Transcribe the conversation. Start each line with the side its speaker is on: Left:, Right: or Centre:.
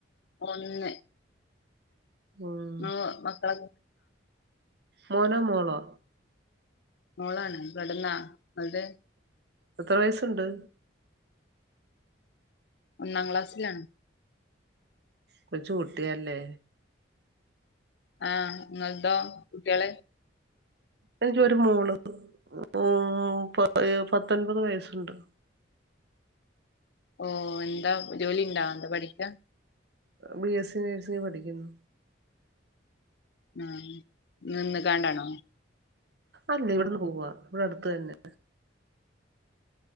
Left: ഒന്ന്
Right: ഉം
Left: മ് മക്കള
Right: മോനോ മോളോ?
Left: മോളാണ് കെടന്നാ അവിടെ?
Right: എത്ര വയസ്സൊണ്ട്?
Left: ഒന്നാം ക്ലാസ്സിലാണ്
Right: കൊച്ചു കുട്ടിയാല്ലേ?
Left: ആ നിങ്ങള്തോ കുട്ടികള്?
Right: എനിക്കും ഒര് മോള് ഉം പ പത്തൊൻപത് വയസ്സുണ്ട്
Left: ഓ എന്താ ജോലിണ്ടാ എന്താ പഠിക്യ?
Right: ബി എസ് സി നേഴ്സിംഗ് പഠിക്കുന്നു
Left: ആ നിന്ന് കാണ്ടാണോ?
Right: അല്ല ഇവിട്ന്ന് പോവ്വാ ഇവിടെ അടുത്ത് തന്നെ